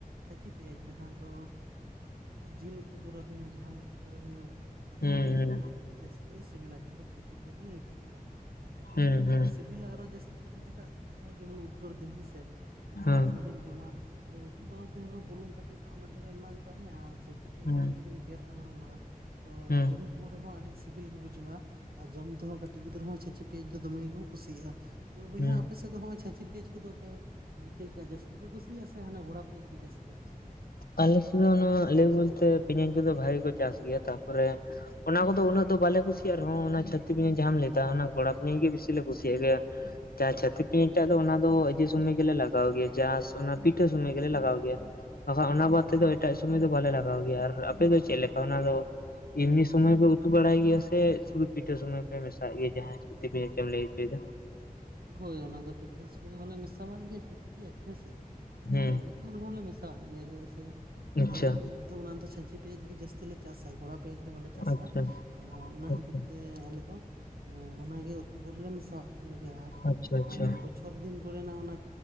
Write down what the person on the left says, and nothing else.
ᱦᱩᱸ
ᱦᱩᱸ
ᱦᱩᱸ
ᱦᱩᱸ
ᱦᱩᱸ ᱦᱩᱸ ᱦᱩᱸ
ᱦᱩᱸ ᱦᱩᱸ
ᱦᱩᱸ
ᱟᱞᱮᱥᱮᱫ ᱫᱚ ᱱᱚᱣᱟ ᱞᱟᱹᱭ ᱵᱚᱞᱛᱮ ᱯᱮᱭᱟᱡᱽ ᱠᱚᱫᱚ ᱵᱷᱟᱜᱮ ᱠᱚ ᱪᱟᱥ ᱜᱮᱭᱟ ᱛᱟᱯᱚᱨᱮ ᱚᱱᱟ ᱠᱚᱫᱚ ᱩᱱᱟᱹᱜ ᱫᱚ ᱵᱟᱞᱮ ᱠᱩᱥᱤᱭᱟᱜᱼᱟ ᱨᱮᱦᱚᱸ ᱚᱱᱟ ᱪᱷᱟᱹᱪᱤ ᱯᱮᱸᱭᱟᱡᱽ ᱡᱟᱦᱟᱢ ᱞᱟᱹᱭ ᱫᱟ ᱚᱱᱟ ᱜᱚᱲᱟ ᱯᱮᱸᱭᱟᱡᱽ ᱜᱮ ᱵᱤᱥᱤ ᱞᱮ ᱠᱩᱥᱤᱭᱟᱜ ᱜᱮᱭᱟ᱾ ᱡᱟ ᱪᱷᱟᱪᱤ ᱯᱤᱭᱟᱡᱽ ᱴᱟᱜ ᱫᱚ ᱚᱱᱟ ᱫᱚ ᱮ ᱥᱳᱢᱚᱭ ᱜᱮᱞᱮ ᱞᱟᱜᱟᱣ ᱜᱮᱭᱟ ᱡᱟ ᱚᱱᱟ ᱯᱤᱴᱷᱟᱹ ᱥᱩᱢᱚᱭ ᱜᱮᱞᱮ ᱞᱟᱜᱟᱣ ᱜᱮᱭᱟ᱾ ᱵᱟᱠᱷᱟᱱ ᱚᱱᱟ ᱵᱟᱫᱽ ᱛᱮᱫᱚ ᱮᱴᱟᱜ ᱥᱚᱢᱚᱭ ᱫᱚ ᱵᱟᱞᱮ ᱞᱟᱜᱟᱣ ᱜᱮᱭᱟ ᱟᱨ ᱟᱯᱮ ᱫᱚ ᱪᱮᱫ ᱞᱮᱠᱟ ᱚᱱᱟ ᱫᱚ ᱮᱢᱱᱤ ᱥᱚᱢᱚᱭ ᱯᱮ ᱩᱛᱩ ᱵᱟᱲᱟᱭ ᱜᱮᱭᱟ ᱥᱮ ᱥᱩᱫᱩ ᱯᱤᱴᱷᱟᱹ ᱥᱩᱢᱚᱭ ᱯᱮ ᱢᱮᱥᱟᱜ ᱜᱮᱭᱟ ᱡᱟᱦᱟᱸᱟᱭ ᱪᱷᱟᱪᱤ ᱯᱤᱭᱟᱡᱽ ᱮᱢ ᱞᱟᱹᱭ ᱦᱚᱪᱚᱭ ᱫᱟ
ᱦᱩᱸ
ᱟᱪᱪᱷᱟ
ᱟᱪᱪᱷᱟ
ᱟᱪᱪᱷᱟ
ᱟᱪᱪᱷᱟ ᱟᱪᱪᱷᱟ